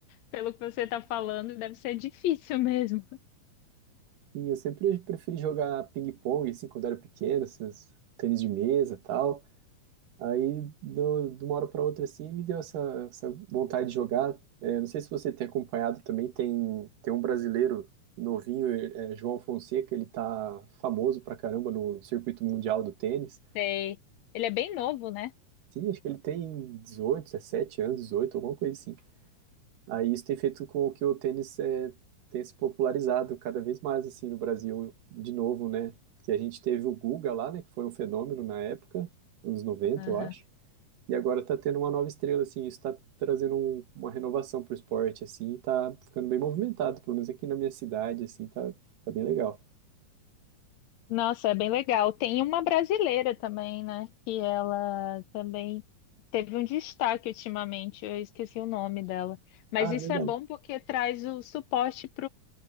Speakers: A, on the left; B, on the right.
A: pelo que você está falando, deve ser difícil <laughs> mesmo.
B: E eu sempre preferi jogar ping-pong, assim, quando era pequeno, esses tênis de mesa e tal. Aí, do, de uma hora para outra, assim, me deu essa, essa vontade de jogar. É, não sei se você tem acompanhado também, tem, tem um brasileiro novinho, é, é João Fonseca, ele tá famoso pra caramba no circuito mundial do tênis.
A: Sei. Ele é bem novo, né?
B: Sim, acho que ele tem 18, 17 anos, 18, alguma coisa assim. Aí isso tem feito com que o tênis é, tenha se popularizado cada vez mais assim no Brasil, de novo, né? Que a gente teve o Guga lá, né? Que foi um fenômeno na época, anos noventa
A: Aham.
B: eu acho. E agora tá tendo uma nova estrela, assim, isso tá trazendo um- uma renovação pro esporte, assim, e tá ficando bem movimentado, pelo menos aqui na minha cidade, assim, tá, tá bem legal.
A: Nossa, é bem legal. Tem uma brasileira também, né? Que ela também teve um destaque ultimamente. Eu esqueci o nome dela. Mas
B: Ah,
A: isso
B: verdade,
A: é bom porque traz o suporte